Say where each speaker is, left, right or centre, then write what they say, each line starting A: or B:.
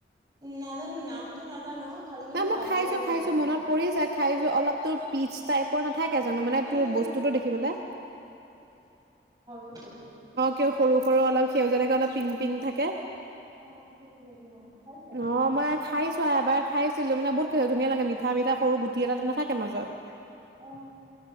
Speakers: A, on the right; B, on the right.
A: নাজানো নামটো নাজানো। খালি কিন্তু
B: ন মই
A: খাবলৈও
B: খাইছো
A: বহুত
B: - খাইছো
A: ভাল
B: মনত পৰিছে খাইছো অলপটো পিচ তাইপৰ কথাকে জানো মানে
A: উম
B: তোৰ বস্তুটো দেখিবলৈ
A: কুদো
B: সৰু- সৰু অলপ সেউজীয়া থাকে অলপ পিংক - পিংক থাকে।
A: অ অ সেইটো সেইটো অ খাইছ
B: অ', মই খাইছো এবাৰ খাইছিলো মানে বহুত খ ধুনীয়া লাগে মিঠা - মিঠা সৰু গুটি এটা নাথাকে মাজত।
A: অ